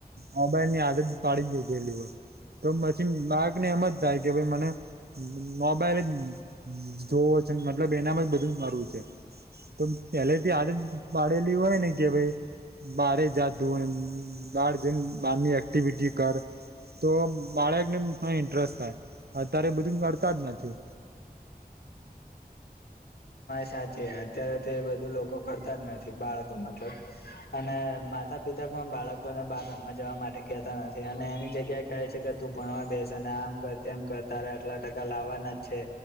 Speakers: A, on the right; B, on the left.
A: મોબાઈલની આદત પાડી જ દીધેલી હોય. તો પછી બાળકને એમ જ થાય કે ભઈ મને મોબાઈલ જ જોવો છે. મતલબ એનામાં જ બધું મરવું છે. તો પેલેથી આદત પાડેલી હોય ને કે ભઈ બારે જાતું એમ બાર જઈન બહારની એક્ટિવિટી કર. તો બાળકને પણ ઇન્ટરેસ્ટ થાય. અત્યારે બધું કરતા જ નથી.
B: સાચે, અત્યારે તો એ બધું લોકો કરતા જ નથી બાળકો મતલબ અને માતા-પિતા બાળકોને બાર રમવા જવા માટે કહેતા નથી. અને એની જગ્યાએ કહે છે કે તું ભણવા બેસ અને આમ તેમ કર તારે આટલા ટકા લાવાના જ છે.